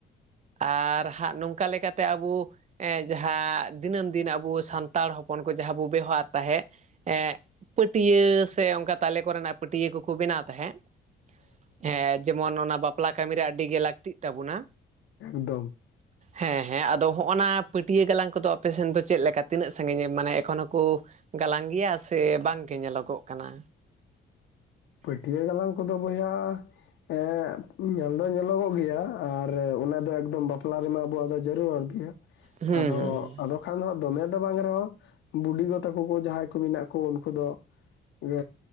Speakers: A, on the right; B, on the left.
A: ᱟᱨ ᱦᱟᱸᱜ ᱱᱚᱝᱠᱟ ᱞᱮᱠᱟᱛᱮ ᱟᱵᱚ ᱡᱟᱦᱟᱸ ᱫᱤᱱᱟᱹᱢ ᱫᱤᱱ ᱟᱵᱚ ᱥᱟᱱᱛᱟᱲ ᱦᱚᱯᱚᱱ ᱠᱚ ᱡᱟᱦᱟᱸ ᱵᱚ ᱵᱮᱣᱦᱟᱨ ᱛᱟᱦᱮᱸᱫ ᱮᱜ ᱯᱟᱹᱴᱭᱟᱹ ᱥᱮ ᱚᱱᱠᱟ ᱛᱟᱞᱮ ᱠᱚᱨᱮᱱᱟᱜ ᱯᱟᱹᱴᱭᱟᱹ ᱠᱚᱠᱚ ᱵᱮᱱᱟᱣ ᱛᱟᱦᱮᱸᱫ ᱦᱮᱸ ᱡᱮᱢᱚᱱ ᱚᱱᱟ ᱵᱟᱯᱞᱟ ᱠᱟᱹᱢᱤ ᱨᱮ ᱟᱹᱰᱤ ᱜᱮ ᱞᱟᱹᱠᱛᱤᱜ ᱛᱟᱵᱚᱱᱟ᱾
B: ᱮᱠᱫᱚᱢ᱾
A: ᱦᱮᱸ ᱦᱮᱸ ᱟᱫᱚ ᱦᱚᱜᱼᱚᱭ ᱱᱟ ᱯᱟᱹᱴᱭᱟᱹ ᱜᱟᱞᱟᱝ ᱠᱚᱫᱚ ᱟᱯᱮᱥᱮᱱ ᱫᱚ ᱪᱮᱫ ᱞᱮᱠᱟ ᱛᱤᱱᱟᱹᱜ ᱥᱟᱹᱜᱤᱧ ᱢᱟᱱᱮ ᱮᱠᱷᱚᱱᱳᱠᱚ ᱜᱟᱞᱟᱝ ᱜᱮᱭᱟ ᱥᱮ ᱵᱟᱝᱜᱮ ᱧᱮᱞᱚᱜᱚᱜ ᱠᱟᱱᱟ?
B: ᱯᱟᱹᱴᱭᱟᱹ ᱜᱟᱞᱟᱝ ᱠᱚᱫᱚ ᱵᱚᱭᱦᱟ ᱮᱸ ᱧᱮᱞ ᱫᱚ ᱧᱮᱞᱚᱜᱚᱜ ᱜᱮᱭᱟ ᱟᱨ ᱚᱱᱟ ᱫᱚ ᱮᱠᱫᱚᱢ ᱵᱟᱯᱞᱟ ᱨᱮᱢᱟ ᱟᱵᱚᱣᱟᱜ ᱫᱚ ᱡᱚᱨᱩᱨᱟᱛ ᱜᱮᱭᱟ᱾
A: ᱦᱩᱸ
B: ᱟᱫᱚ
A: ᱦᱩᱸ ᱦᱩᱸ
B: ᱟᱫᱚ ᱠᱷᱟᱱ ᱫᱚ ᱦᱟᱸᱜ ᱫᱚᱢᱮ ᱫᱚ ᱵᱟᱝ ᱨᱮᱦᱚᱸ ᱵᱩᱰᱤᱜᱚ ᱛᱟᱠᱚ ᱡᱟᱦᱟᱸᱭ ᱠᱚ ᱢᱮᱱᱟᱜ ᱠᱚ ᱩᱱᱠᱩ ᱫᱚ ᱮ